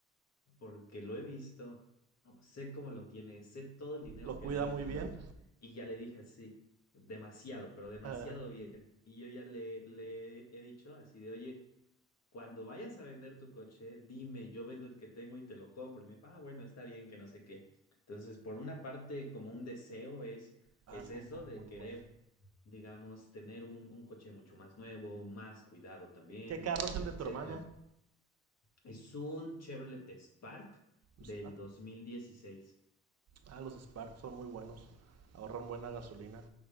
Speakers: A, on the left; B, on the right.
A: porque lo he visto, ¿no? sé cómo lo tiene, sé todo el dinero
B: Lo
A: que
B: cuida
A: le ha metido
B: muy bien.
A: y ya le dije así, demasiado, pero demasiado
B: <laughs>
A: bien. Y yo ya le, le he dicho así de, oye. Cuando vayas a vender tu coche, dime, yo vendo el que tengo y te lo compro. Y me dijo, ah, bueno, está bien, que no sé qué. Entonces, por una parte, como un deseo es,
B: Ah,
A: es
B: son
A: eso
B: mu-
A: de
B: muy
A: querer,
B: buenos.
A: digamos, tener un, un coche mucho más nuevo, más cuidado también,
B: ¿Qué carro
A: etcétera,
B: es el de
A: etcétera.
B: tu hermano?
A: Es un Chevrolet Spark del
B: Spark.
A: 2016.
B: Ah, los Spark son muy buenos. Ahorran buena gasolina.